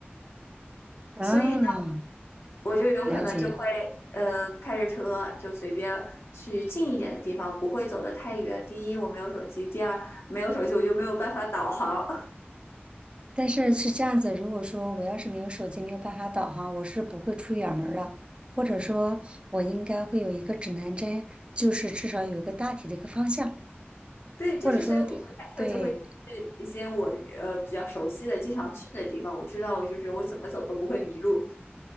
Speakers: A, on the right; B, on the left.
A: 嗯，
B: 所以呢，我就有可能就会，
A: 了解。
B: 呃，开着车就随便去近一点的地方，不会走得太远。第一，我没有手机；第二，没有手机我就没有办法导航。
A: 但是是这样子，如果说我要是没有手机，没有办法导航，我是不会出远门儿的。或者说，我应该会有一个指南针，就是至少有一个大体的一个方向。
B: 对，
A: 或者说对对
B: 就是所以我就开车就会去一些我呃比较熟悉的、经常去的地方，我知道就是我怎么走都不会迷路。